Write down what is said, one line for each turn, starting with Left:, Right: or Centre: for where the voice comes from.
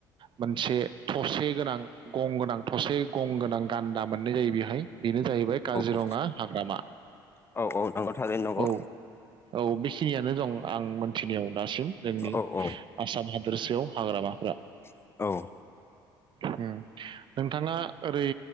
Right: मोन से थसे गोनां गं गोनां थसे गं गोनां गान्दा मोननाय जायो बेहाय। बेनो जाहैबाय काजिरङा
Left: औ
Right: हाग्रामा
Left: औ नंगौ थारैनो नंगौ
Right: औ औ बेखिनियानो दं आं मोन खिनियाव दासिम जोंनि
Left: औ
Right: आसाम हादोरसायाव हाग्रामाफोरा
Left: औ औ
Right: ह नोंथांङा ओरै